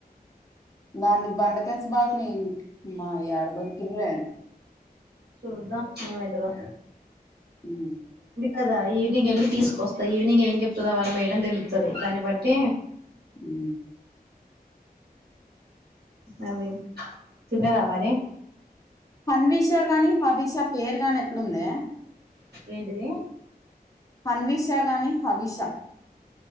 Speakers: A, on the left; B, on the right.
A: వానిది బండ బాగున్నాయ్ మా యాడ దొరికింది
B: చూద్దా ఏం అయితాదో
A: హ
B: కదా ఈవినింగ్ వెళ్ళి తీసుకొస్తా ఈవినింగ్ ఏం చెప్తుందో వాళ్ళ మేయడం తెలుచ్చది దాన్ని బట్టి
A: అ
B: అ అదే తిన్నారా మరి
A: హన్విషా గాని హబీషా పేరు గాని ఎట్లుందే
B: ఏంటిది
A: హన్విషా గాని హబీషా